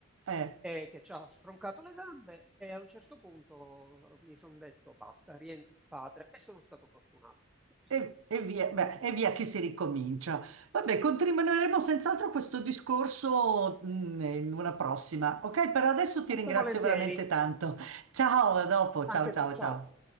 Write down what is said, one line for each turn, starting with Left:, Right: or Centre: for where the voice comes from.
Right: eh,
Centre: e che ci ha stroncato le gambe e a un certo punto mi sono detto basta, rientro in patria e sono stato fortunato. Tutto
Right: e,
Centre: qua.
Right: e via, beh, e via che si ricomincia. Vabbè, continueremo senz'altro questo discorso mm, in una prossima. Ok, per adesso ti
Centre: Molto
Right: ringrazio
Centre: volentieri,
Right: veramente tanto. Ciao, a dopo,
Centre: anche
Right: ciao ciao
Centre: tu, ciao.
Right: ciao.